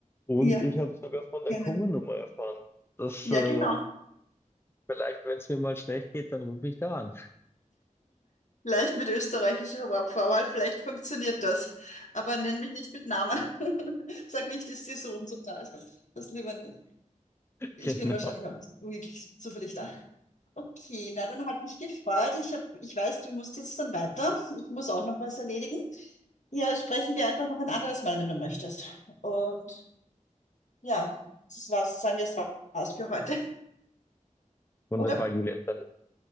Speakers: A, on the left; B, on the left.
A: Und
B: Ja,
A: ich habe sogar von der
B: gerne.
A: Kummernummer erfahren. Das,
B: Ja,
A: äh,
B: genau.
A: vielleicht, wenn es mir mal schlecht geht, dann rufe ich da an.
B: Vielleicht mit österreichischer Wa- Vorwahl, vielleicht funktioniert das. Aber nenn mich nicht mit Namen. <laughs> Sag nicht, ist die so und so da. Das lieber nicht.
A: <laughs>
B: Ich
A: Genau.
B: bin wahrscheinlich auch nicht wirklich zufällig da. Okay, na dann hat mich gefreut. Ich hab, ich weiß, du musst jetzt dann weiter. Ich muss auch noch was erledigen. Ja, sprechen wir einfach noch ein anderes Mal, wenn du möchtest. Und ja, das war's. Sagen wir, das war's für heute.
A: Wunderbar,
B: Oder
A: Julia. Dann